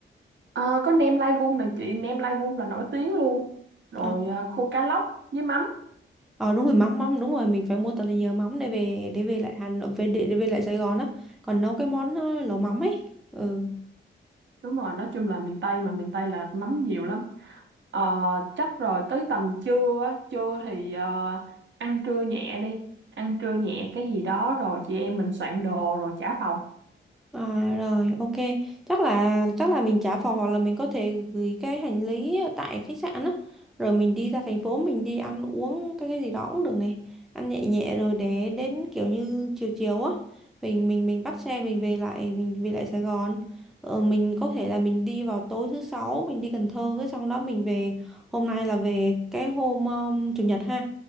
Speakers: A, on the right; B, in the centre.
A: Ờ, có nem lai vung này chị nem lai vung là nổi tiếng luôn rồi
B: Ờ,
A: à, khô cá lóc với mắm
B: ờ, đúng rồi mắm mắm đúng rồi mình phải mua thật là nhiều mắm để về để về lại Hà Nội về để, để về lại Sài Gòn á còn nấu cái món ờ, lẩu mắm ấy ừ
A: đúng rồi nói chung là miền Tây mà miền Tây là mắm nhiều lắm Ờ, chắc rồi tới tầm trưa á, trưa thì ờ, ăn trưa nhẹ đi ăn trưa nhẹ cái gì đó rồi chị em mình soạn đồ rồi trả phòng
B: À, rồi ok chắc là chắc là mình trả phòng hoặc là mình có thể gửi cái hành lý ở tại khách sạn á rồi mình đi ra thành phố mình đi ăn uống cái cái gì đó cũng được này ăn nhẹ nhẹ rồi để đến kiểu như chiều chiều á mình mình mình bắt xe mình về lại mình về lại Sài Gòn ờ, mình có thể là mình đi vào tối thứ sáu mình đi Cần Thơ cái xong đó mình về hôm nay là về cái hôm um, chủ nhật ha